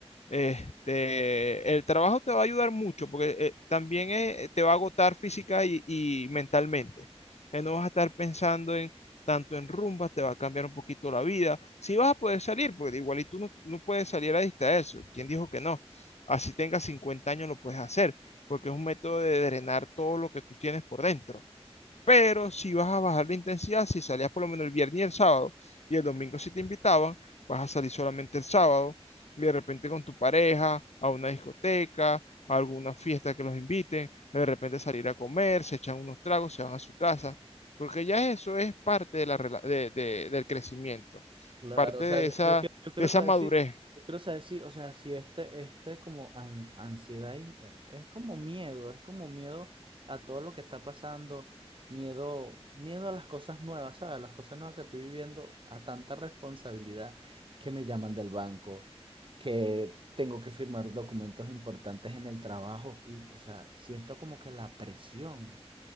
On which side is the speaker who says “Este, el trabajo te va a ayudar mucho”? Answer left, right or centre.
Left